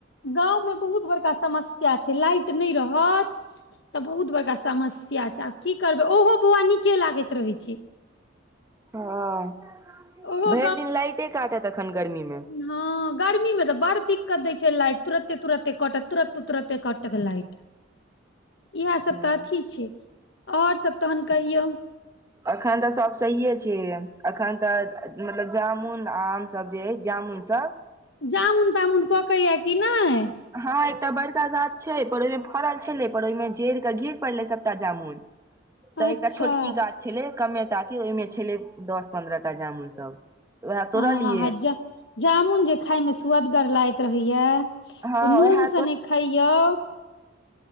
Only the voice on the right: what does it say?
हाँ
भरि दिन लाइटे काटत अखन गर्मीमे
हँ
एखन तऽ सब सहिये छै एखन तऽ मतलब जामुन आम सब जे अइ जामुन सब
हाँ एकटा बड़का गाछ छै पर ओहिमे फड़ल छै पर ओहिमे टेरके गिर पड़ले सबटा जामुन तऽ
एकटा छोटकी गाछ छलै कमेटाके ओहिमे छलै दस पन्द्रह टा जामुन सब तऽ उएह तोड़लियै
हँ
उएह